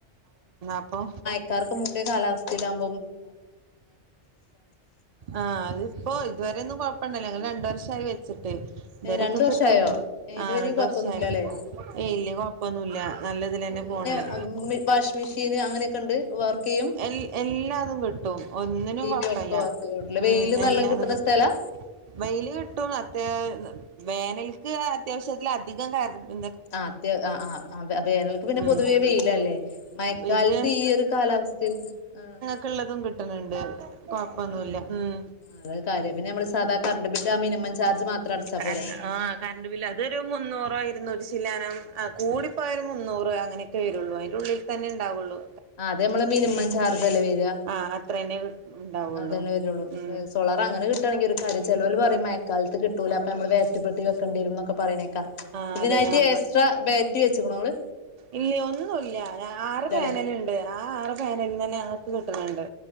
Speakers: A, on the right (about 75°); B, on the left (about 60°).
A: അപ്പൊ
B: മഴക്കാറൊക്കെ മൂടിയ കാലാവസ്ഥയിലാകു
A: ആഹ് അതിപ്പൊ ഇതുവരെയൊന്നും കൊഴപ്പണ്ടായില്ല ഞങ്ങള് രണ്ട് വർഷായി വെച്ചി ട്ട്. ഇതുവരൊക്കെ
B: രണ്ട് വർഷായോ
A: കിട്ടല്ണ്ട്
B: ഇതുവരെയും
A: ആഹ് രണ്ട്
B: കൊഴപ്പൊന്നുമില്ലല്ലേ
A: വർഷായി ഏയ്‌ ഇല്ല കൊഴ പ്പൊന്നുല്ല നല്ലതിലെന്നെ പോണ് ണ്ട്
B: -വാഷ് മിഷീന് അങ്ങനെക്കെണ്ട് വർക്കെയ്യും
A: എല്ലാ എല്ലാതും ക്ട്ടും ഒന്നിനും
B: ടി
A: കൊഴപ്പല്ല
B: വി ഒക്കെ വർക്ക് ചെയ്യും
A: ഉം
B: വെയില് നല്ലോം
A: എല്ലാതും
B: കിട്ടണ
A: കിട്ടും
B: സ്ഥലാ
A: വെയില് കിട്ടും അത്യാ വേനൽക്ക് അത്യാവശ്യത്തിലധികം കറന്റ്
B: ആഹ് അത്യാ ആഹ് ആഹ് വെ വേനൽക്ക് പിന്നെ
A: ഉം
B: പൊതുവെ വെയിലല്ലേ മഴക്കാലത്ത്
A: ഇത്
B: ഇയൊരു കാലാവസ്ഥ ആഹ്
A: ക്ള്ളതും കിട്ടണ് ണ്ട് കൊഴപ്പൊന്നുല്ല ഉം
B: അതൊരുകാര്യ പിന്നെ നമ്മള് സാധാ കറണ്ട് ബില്ലാ മിനിമം ചാർജ് മാത്രം അടച്ചാ
A: കര
B: പോരെ
A: ആഹ് കറണ്ട് ബില്ല് അതൊരു മുന്നൂറൊ ഇരുന്നൂറ്റി ചില്ലാനം കൂടിപ്പോയ ഒരു മുന്നൂറ് അങ്ങനെ ക്കെ വെരുള്ളൂ അയിന്റെയുള്ളി തന്നെ ഇണ്ടാവൊള്ളൂ
B: ആഹ് അതമ്മളെ മിനിമം ചാർജല്ലെ വെരാ
A: ആ അത്രന്നെ ഉണ്ടാവുള്ളൂ
B: അതന്നെ വെരൊള്ളൂ
A: ഉം
B: സോളാറങ്ങനെ കിട്ടാണെങ്കിലൊരു കാ ര്യാ ചെലോല് പറിം മഴക്കാലത്ത് കിട്ടൂല അപ്പൊ നമ്മള് ബേട്ട്റിപ്പെട്ടി വെക്കെണ്ടിരുന്നൊക്കെ പറയ്ണേക്കാ
A: ആ
B: ഇതിനായിട്ട്
A: അതെ ആ
B: എക്സ്ട്രാ ബാട്ട്റി വെച്ച്ക്ണൊ ഇങ്ങള്?
A: ഇല്ല ഒന്നൂല്ല്യ ഞാ ആറ്
B: ഇല്ലല്ലേ
A: പാനല്ണ്ട് ആ ആറ് പെനല്ന്നന്നെ ഞങ്ങക്ക് കിട്ടണ് ണ്ട്